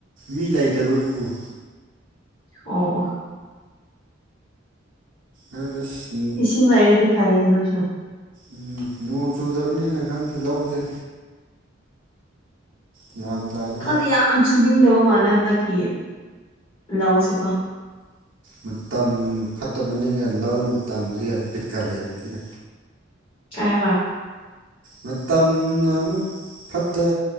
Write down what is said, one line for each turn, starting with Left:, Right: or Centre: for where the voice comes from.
Right: ꯃꯤ ꯂꯩꯇꯕꯕꯨ
Left: ꯑꯣ ꯑꯣ
Right: ꯑ <inaudible>
Left: ꯏꯁꯤꯡ ꯂꯩꯔꯗꯤ ꯐꯩꯅꯦ ꯅꯣꯏꯁꯨ
Right: ꯎꯝ ꯅꯣꯡ ꯆꯨꯗꯕꯅꯤꯅ ꯈꯪꯗꯦ ꯂꯧꯁꯦ ꯒꯌꯥꯟ ꯇꯥꯗꯦꯗ
Left: ꯈꯪꯗꯦ ꯌꯥꯝ ꯁꯨꯅꯤꯡꯗꯕ ꯃꯥꯜꯂꯦ ꯍꯟꯗꯛꯀꯤ ꯂꯧꯁꯤꯀꯣ
Right: ꯃꯇꯝ ꯐꯠꯇꯕꯅꯤꯒ ꯂꯧ ꯃꯇꯝꯁꯤꯒ ꯚꯤꯠꯀ ꯂꯩꯔꯛꯇꯦꯗ
Left: ꯀ ꯍꯥꯢꯕ
Right: ꯃꯇꯝ ꯅ ꯑꯃꯨꯛ ꯐꯠꯇ